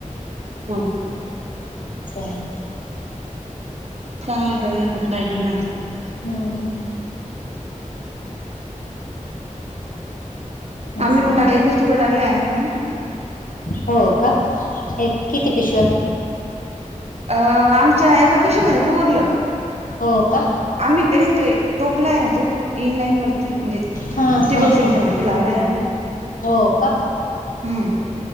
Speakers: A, on the right (about 50°); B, on the left (about 85°).
A: मग
B: चालंल,
A: <unintelligible> चांगलं आहेेत, ऊद्या माझं काय करणार?
B: हम्, असं
A: आम्ही पण
B: आहे
A: टकले, एकच तुकडे टाकलेय आम्हि पण.
B: हो का, एक, किती पिशव्या?
A: अं आमच्या एका पिशव्या मध्ये पण उरलं,
B: हो का?
A: आम्ही त्यानी ते, <unintelligible> आहे ना तो. इनलाईन वरती, म्हणजे
B: हां हां
A: टीबक सिंचन
B: हां हां
A: वरती लावला आहे ना तो
B: हो
A: हम्म,